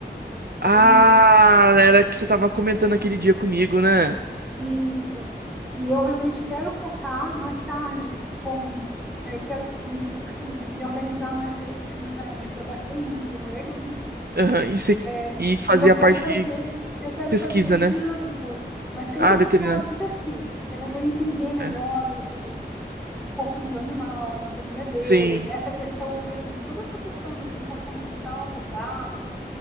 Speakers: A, on the right; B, in the centre.
A: Ah,
B: e
A: era que você tava comentando aquele dia comigo, né?
B: isso. E eu realmente quero focar mais tarde com eu quero me, assim, me organizar mais financeiramente, porque eu gastei muito com o Regal, né?
A: Aham, e, você,
B: É,
A: e fazia
B: E eu quero
A: parte.
B: fazer,
A: E
B: eu quero
A: pesquisa,
B: fazer veterinária
A: né?
B: depois, mas sempre
A: Ah, veterinário.
B: focado com pesquisa, entendeu? Para entender melhor
A: É,
B: o, o, o corpinho do animal, a anatomia deles,
A: Sim.
B: essa questão, por exemplo, toda essa questão do comportamental do gato, da-